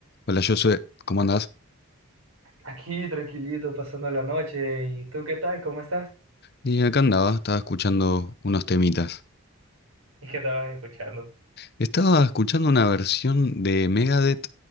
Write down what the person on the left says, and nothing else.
Hola Josué, ¿cómo andás?
Y acá andaba, estaba escuchando unos temitas.
Estaba escuchando una versión de Megadeth,